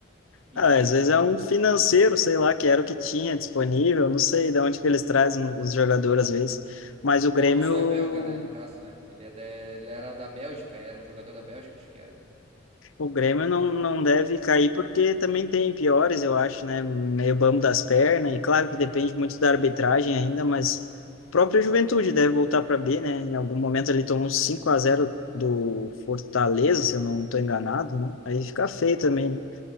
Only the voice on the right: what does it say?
Enfim.
O
Amuzu é belga, né? No caso, né? Ele, é da- ele era da Bélgica, era um jogador da Bélgica, acho que era.